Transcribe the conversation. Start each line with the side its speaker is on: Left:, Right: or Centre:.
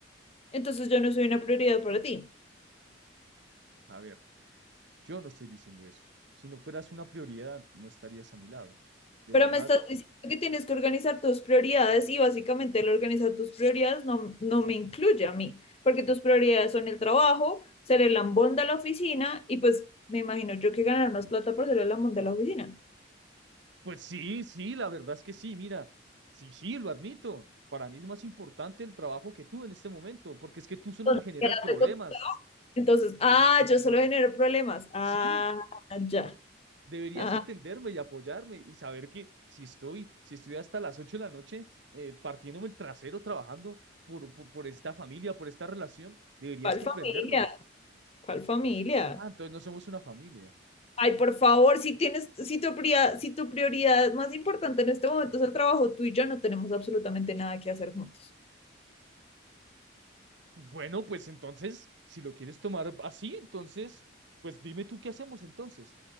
Left: Entonces yo no soy una prioridad para ti.
Right: A ver, yo no estoy diciendo eso. Si no fueras una prioridad, no estarías a mi lado. ¿De
Left: Pero
Right: verdad?
Left: me estás diciendo que tienes que organizar tus prioridades y básicamente el organizar tus prioridades no, no me incluye a mí, porque tus prioridades son el trabajo, ser el lambón de la oficina y pues me imagino yo que ganar más plata por ser el lambón de la oficina.
Right: Pues sí, sí, la verdad es que sí, mira, sí, sí, lo admito. Para mí es más importante el trabajo que tú en este momento, porque es que tú solo
Left: Entonces,
Right: me generas
Left: quédate
Right: problemas.
Left: con- entonces, ah, yo solo genero problemas. Ah,
Right: Sí,
Left: ya.
Right: deberías
Left: Ah,
Right: entenderme y apoyarme y saber que si estoy, si estoy hasta las 8 de la noche eh, partiéndome el trasero trabajando por, por, por esta familia, por esta relación, deberías
Left: ¿cuál
Right: comprenderme.
Left: familia? ¿Cuál familia?
Right: Ah, entonces no somos una familia.
Left: Ay, por favor, si tienes, si tu prioridad, si tu prioridad más importante en este momento es el trabajo, tú y yo no tenemos absolutamente nada que hacer juntos.
Right: Bueno, pues entonces, si lo quieres tomar así, entonces, pues dime tú qué hacemos entonces.